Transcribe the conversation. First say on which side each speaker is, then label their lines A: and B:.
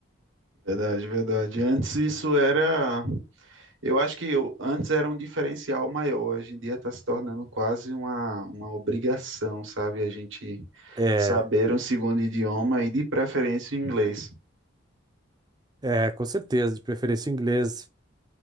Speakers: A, on the right; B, on the right.
A: Verdade, verdade. Antes isso era Eu acho que eu- antes era um diferencial maior, hoje em dia está se tornando quase uma, uma obrigação, sabe? A gente
B: É,
A: saber um segundo idioma e, de preferência, o inglês,
B: é, com certeza, de preferência o inglês.